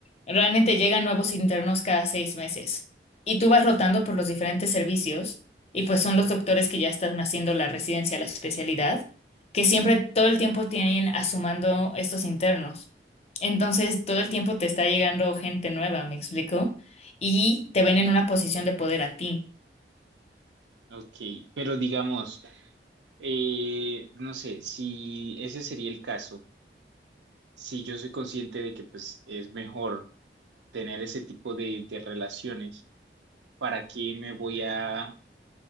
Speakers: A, on the left (about 35°); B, on the right (about 85°).
A: realmente llegan nuevos internos cada seis meses y tú vas rotando por los diferentes servicios y pues son los doctores que ya están haciendo la residencia, la especialidad, que siempre todo el tiempo tienen asumando estos internos. Entonces, todo el tiempo te está llegando gente nueva, ¿me explico? Y te ven en una posición de poder a ti,
B: Ok, pero digamos, eh, no sé, si ese sería el caso, si yo soy consciente de que pues es mejor tener ese tipo de, de relaciones, ¿para qué me voy a,